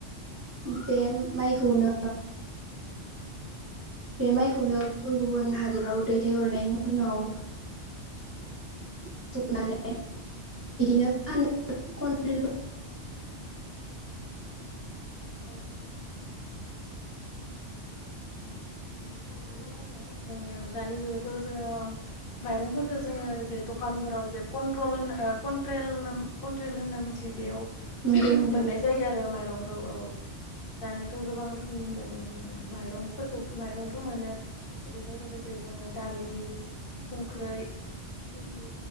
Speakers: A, on the right; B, on the left.
A: बे माइखौनो बे माइखौनो गुबुन गुबुन हादराव दैथायहरनायनि उनाव सौ-सौनानै बिदिनो फानो कुइन्टेल
B: औ नंगौ बिदिनो आरो जोङो दानि जुगावथ' जोङो माइरंफोरखो जोङो जे दखानफोराव जे कन्ट्रल होनो कन्ट्रेल होनना मिथियो बेयाव
A: नंगौ नोंथां
B: मोननाय जायो आरो माइरंखौ औ औ दानियाथ' गोबां रोखोमनि मोनो जों जेरै माइरंफोरखौ माइरं खौ मोनो आरो बेजों लोगोसे जोङो दालि संख्रै सिनि